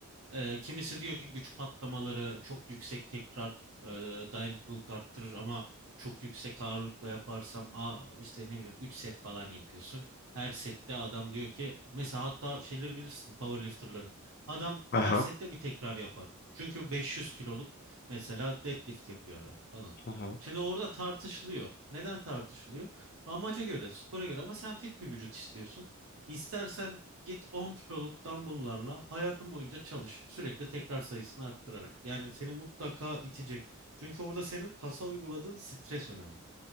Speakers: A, on the right (about 70°); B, on the left (about 45°).
A: E, kimisi diyor ki güç patlamaları çok yüksek tekrar e, dayanıklılık arttırır ama çok yüksek ağırlıkla yaparsam a, işte ne bileyim 3 set falan yapıyorsun. Her sette adam diyor ki mesela hatta şeyleri bilirsin powerlifterları. Adam
B: Aha.
A: her sette bir tekrar yapar. Çünkü 500 kiloluk mesela deadlift yapıyor adam falan.
B: Hı hı.
A: Şimdi orada tartışılıyor. Neden tartışılıyor? Amaca göre, spora göre ama sen fit bir vücut istiyorsun. İstersen Git 10 kiloluk dumbbell'larla hayatın boyunca çalış. Sürekli tekrar sayısını arttırarak. Yani seni mutlaka itecek. Çünkü orada senin kasa uyguladığın stres önemli.